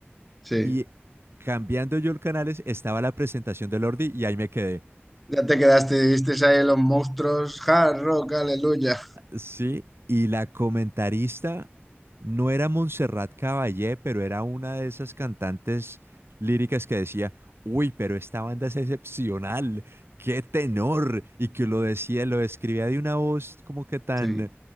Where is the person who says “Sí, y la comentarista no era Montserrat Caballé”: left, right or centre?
Right